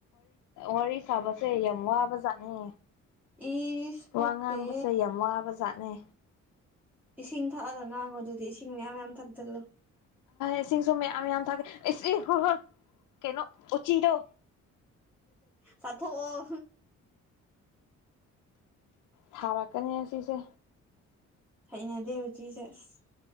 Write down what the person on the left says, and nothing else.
ꯋꯥꯔꯤ ꯁꯥꯕꯁꯦ ꯌꯥꯝ ꯋꯥꯕꯖꯥꯠꯅꯦ
ꯋꯥ ꯉꯥꯡꯕꯁꯦ ꯌꯥꯝ ꯋꯥꯕ ꯖꯥꯠꯅꯦ
ꯏꯁꯤꯡ ꯁꯨ ꯃꯌꯥꯝ ꯃꯌꯥꯝ ꯊꯛ <unintelligible> ꯀꯩꯅꯣ ꯎꯆꯤꯗꯣ
ꯊꯥꯔꯛꯀꯅꯤ ꯑꯁꯤꯁꯦ